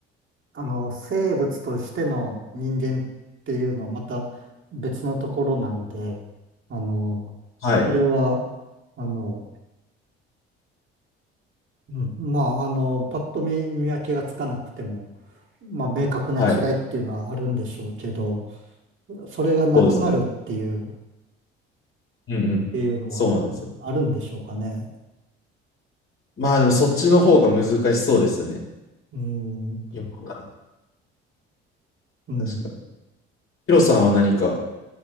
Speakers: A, on the right; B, on the left.
A: あの、生物としての人間っていうのはまた別のところなんで、あの、
B: はい。
A: それは、あの、うん、まあ、あの、パッと見、見分けがつかなくても、まあ、明確な違いっていうのはあるんでしょうけど、
B: はい。
A: そそれがなくなるっていう、
B: そうですね。
A: っ
B: うんうん。
A: ていうのは
B: そうなんですよ。
A: あるんでしょうかね。
B: まあでもそっちの方が難しそうですよね。
A: うん、
B: 今わかんな
A: うん。
B: い確かに。ヒロさんは何か